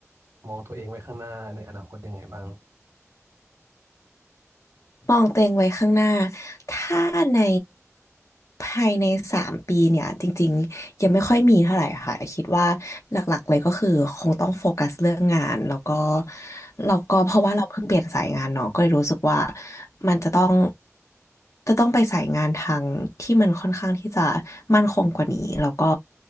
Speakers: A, on the right; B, on the left.
A: มองตัวเองไว้ข้างหน้าในอนาคตยังไงบ้าง
B: มองตัวเองไว้ข้างหน้า ถ้าในภายในสามปีเนี่ยจริงๆยังไม่ค่อยมีเท่าไหร่ค่ะ คิดว่าหลักๆเลยก็คือคงต้องโฟกัสเรื่องงานแล้วก็แล้วก็เพราะว่าเราเพิ่งเปลี่ยนสายงานเนาะก็เลยรู้สึกว่ามันจะต้องจะต้องไปสายงานทางที่มันค่อนข้างที่จะมั่นคงกว่านี้ แล้วก็